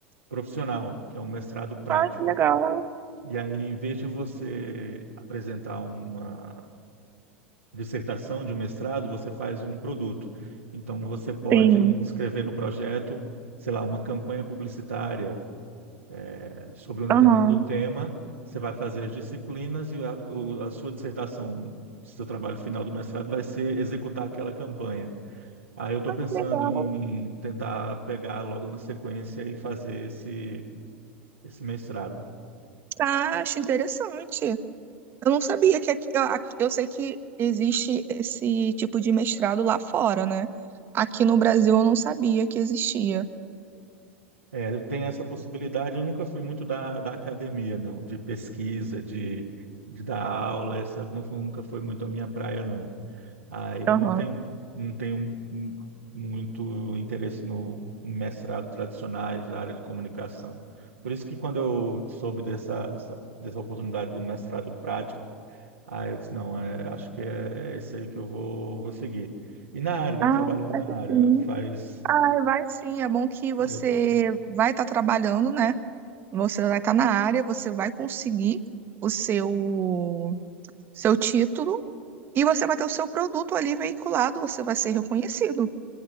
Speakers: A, on the right; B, on the right.
A: profissional, que é um mestrado prático.
B: Ah, que legal.
A: E aí, em vez de você apresentar uma dissertação, de um mestrado, você faz um produto. Então, você pode
B: Sim.
A: escrever no projeto, sei lá, uma campanha publicitária eh, sobre um determinado
B: Aham.
A: tema. Você vai fazer as disciplinas e a, o- a sua dissertação, seu trabalho final do mestrado vai ser executar aquela campanha. Aí eu estou pensando
B: Legal.
A: em tentar pegar logo na sequência e fazer esse, esse mestrado.
B: Ah, acho interessante. Eu não sabia que aqui, aqui- eu sei que existe esse tipo de mestrado lá fora, né? Aqui no Brasil eu não sabia que existia.
A: É, tem essa possibilidade. Eu nunca fui muito da, da academia, não, de pesquisa, de, de dar aula, essa nu- nunca foi muito a minha praia, não. ah eu
B: Aham.
A: não tenho, não tenho hum, muito interesse no em mestrado tradicionais da área de comunicação. Por isso que quando eu soube dessa, essa- dessa oportunidade do mestrado prático, ah eu disse, não, é, acho que é isso aí que eu vou, vou seguir. E na área, né,
B: Ah,
A: trabalhando na
B: deve
A: área,
B: sim.
A: faz,
B: Ah, vai sim. É bom que você
A: faz,
B: vai estar trabalhando, né? Você vai estar na área, você vai conseguir o seu seu título e você vai ter o seu produto ali veiculado, você vai ser reconhecido,